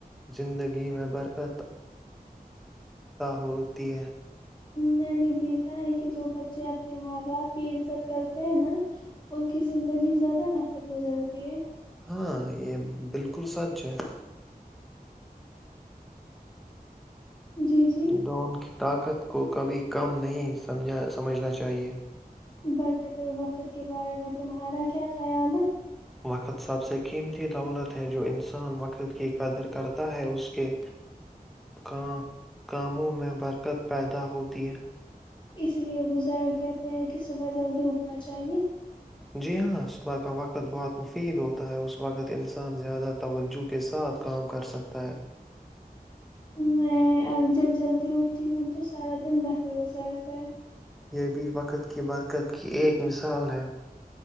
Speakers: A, in the centre; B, on the left.
A: زندگی میں برکت ہوتی ہے <unintelligible>
B: میں نے دیکھا ہے کہ جو بچے اپنے ماں باپ کی عزت کرتے ہیں نا ان کی زندگی زیادہ بہتر گزرتی ہے
A: ہاں یہ بالکل سچ ہے
B: جی جی
A: ڈون <unintelligible> طاقت کو کبھی کم نہیں سمجھنا چاہیئے
B: برکت و وقت کے بارے میں تمہارا کیا خیال ہے
A: وقت سب سے قیمتی دولت ہے جو انسان وقت کی قدر کرتا ہے اس کے کا کاموں میں برکت پیدا ہوتی ہے
B: اسی لیے بزر کہتے ہیں کہ صبح جلدی اٹھنا چاہیے
A: جی ہاں کا وقت بہت مفید ہوتا ہے اس وقت انسان زیادہ توجہ کے ساتھ کام کر سکتا ہے
B: میں اب جب جلدی اٹ ہوں تو سارا دن بہتر گزارتا ہے
A: یہ بھی وقت کی برکت کی ایک مثال ہے